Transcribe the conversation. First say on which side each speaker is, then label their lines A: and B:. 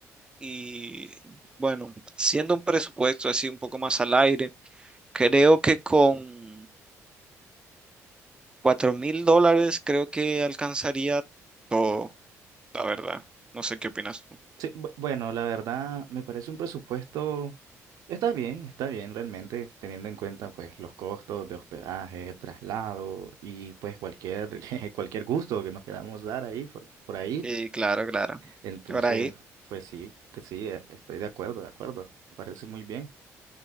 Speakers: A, on the right; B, on the right.
A: Y bueno, siendo un presupuesto así un poco más al aire, creo que con Cuatro mil dólares creo que alcanzaría todo, la verdad. No sé qué opinas tú.
B: Sí, bu- bueno, la verdad me parece un presupuesto, está bien, está bien realmente, teniendo en cuenta pues los costos de hospedaje, traslado y pues cualquier, <laughs> cualquier gusto que nos queramos dar ahí por, por ahí.
A: Sí, claro, claro.
B: Entonces,
A: Por ahí.
B: pues sí, que sí, eh, estoy de acuerdo, de acuerdo. Me Parece muy bien.